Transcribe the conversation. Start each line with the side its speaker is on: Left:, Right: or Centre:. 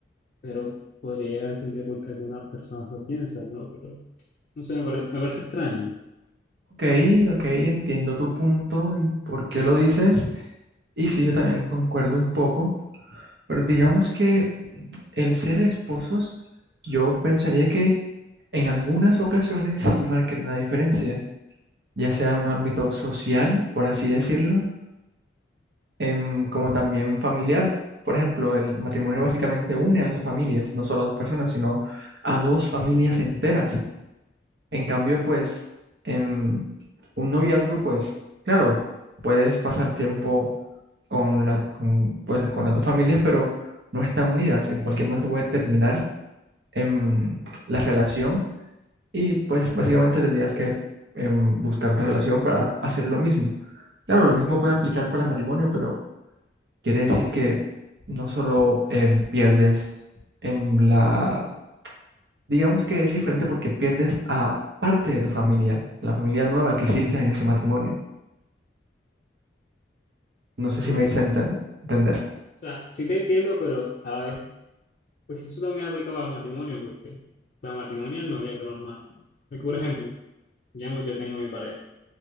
Left: pero podría llegar a entender por qué algunas personas lo piensan, ¿no? Pero no sé, me parece, me parece extraño.
Right: Ok, ok, entiendo tu punto y por qué lo dices. Y sí, yo también concuerdo un poco. Pero digamos que el ser esposos, yo pensaría que en algunas ocasiones sí marcaría una diferencia, ya sea en un ámbito social, por así decirlo, em, como también familiar. Por ejemplo, el matrimonio básicamente une a dos familias, no solo a dos personas, sino a dos familias enteras. En cambio, pues, em, un noviazgo, pues, claro, puedes pasar tiempo con la, con, pues, con las dos familias, pero no están unidas. En cualquier momento puede terminar em, la relación y, pues, básicamente tendrías que em, buscar otra relación para hacer lo mismo. Claro, lo mismo puede aplicar para el matrimonio, pero Quiere decir que no solo eh, pierdes en la, digamos que es diferente porque pierdes a parte de tu familia, la familia nueva que hiciste en ese matrimonio. No sé si
Left: Pues,
Right: me hice enten- entender.
Left: o sea, sí te entiendo, pero a la vez, pues eso también aplica para el matrimonio, porque para el matrimonio y el noviazgo normal. Porque, por ejemplo, digamos, yo tengo mi pareja.